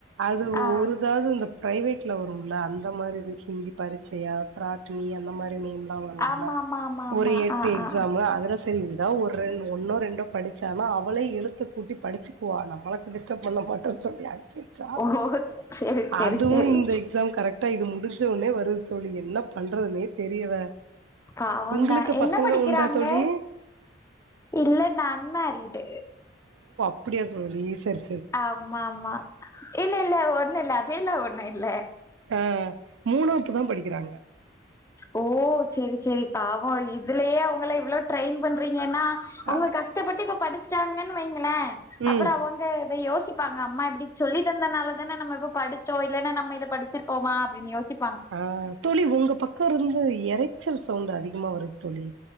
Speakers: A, on the right (about 90°); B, on the left (about 15°).
A: அது
B: ஆ
A: ஒருதாவது இந்த ப்ரைவேட்ல வருரும்ல அந்த மாரி இது ஹிந்தி பரிட்சையா பிராத்னி அந்த மாரி நேம் <unintelligible> வரும்ல
B: ஆமா ஆமா ஆமா ஆமா
A: ஒரு எட்டு
B: ஆ
A: எக்ஸாம்
B: ஆ
A: அதுல எதோ ஒரு ஒன்னோ ரெண்டோ படிச்சான்னா அவளே எழுத்து கூட்டி படிச்சுக்குவா நம்மளுக்கு டிஸ்டப் பண்ண <unintelligible>
B: ஓ செரி செரி
A: அதுவு
B: செரி
A: இந்த எக்ஸாம் கரெக்டா இது முடிஞ்சோனே வருது தோழி என்ன பண்றதுன்னே தெரியல
B: பாவந்தா
A: உங்களுக்கு
B: என்ன
A: பசங்க
B: படிக்கிறாங்க
A: உண்டா தோழி
B: இல்ல நா அன்மேறிடு
A: அப்டியா தோழி சேரி
B: ஆமா ஆமா இல்ல இல்ல ஒண்ண இல்ல அது இல்ல ஒண்ணு இல்ல
A: ஆ மூணாவப்பு தா படிக்கிறாங்க
B: ஓ சேரி சேரி பாவம் இதுலயே அவங்கள இவ்வளவு ட்ரெயின் பண்றீங்கன்னா அவங்க
A: ம்
B: கஷ்டப்பட்டு இப்ப படிச்சிட்டாங்கன்னு வைங்களே
A: ம்.
B: அப்புற அவங்க யோசிப்பாங்க அம்மா இப்படி சொல்லி தந்தனால தானே நம்ம படிச்சோ இல்லன்னா நம்ம இத படிச்சிருப்போமா அப்பின்னு யோசிப்
A: ஆ தோழி உங்க பக்க இருந்து இரைச்சல் சவுண்ட் அதிகமா வருது தோழி